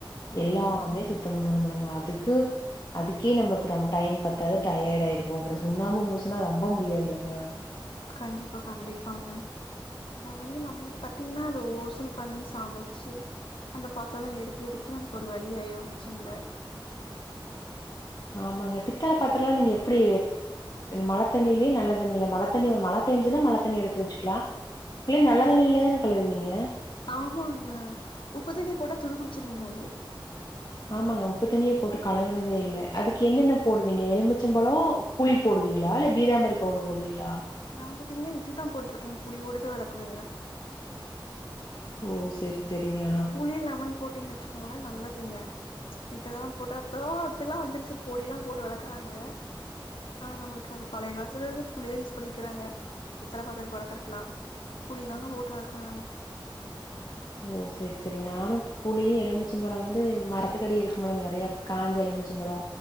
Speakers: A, on the left (about 85°); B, on the left (about 50°).
A: ம்
B: எல்லாமே சுத்தம் பண்ணோணும்லங்க அதுக்கு அதுக்கே நம்மளுக்கு ரொம்ப டைம் பத்தாதது டயர்ட் ஆயிருவோ அப்புறோ சுண்ணாமு மூசன்னா ரொம்ப முடியாது இல்லங்க
A: கண்டிப்பா கண்டிப்பாங்க நம்மளையு நம்மளுக்கு பாத்தீங்கன்னா அத ஓர்சல் பண்ணி சமைச்சு அந்த பாத்தரோல்லா எடுத்து வைக்கிறதுக்கே நமக்கு ஒரு வழியாயிடு கிச்சன்ல
B: ஆமாங்க பித்தால பாத்திரோல்லா நீங்க எப்பிடி மழ தண்ணிலேயே நல்ல தண்ணில்ல மழ தண்ணில மழ பேஞ்சுன்னா மழ தண்ணி எடுத்து வச்சுக்கலா நீங்க நல்ல தண்ணியில தான கழுவீங்க
A: ஆமாங்க உப்பு தண்ணி போட்டா துருபிடிச்சிருங்க அது
B: ஆமாங்க உப்பு தனியே போட்டு கழுவுனதே இல்ல அதுக்கு என்னென்ன போடுவீங்க எலுமிச்சப் பழோ புளி போடுவீங்களா இல்ல பீதாம்பரி பவுடர் போடுவீங்களா
A: நா பாத்தீங்கன்னா இதுதா போட்டுருக்கே புளியோடு தா விளக்குவேங்க
B: ஓ செரி செரிங்க அனா
A: புளி லெமன் போட்டீங்க வெச்சுகோங்களே நல்லதுங்க மித்ததெல்லா போட்டா போவறத்துக்கல்லா வந்துருச்சு பொடியெல்லா போட்டு வெளக்குறாங்க ஆனா நம்மளுக்கு அது பழைய காலத்துல்லந்து புளியே யூஸ் பண்ணிக்கிறாங்க பித்தள பாத்தரத்துக்கு வெளக்கரத்துக்கெல்லா புளிதாங்க போட்டு வெளக்குவே நானு
B: ஓ செரி செரி நானு புளியு எலுமிச்ச பழோ வந்து மரத்துக்கடி இருக்குமுல்ல நறையா காஞ்ச எலுமிச்சப்பழோ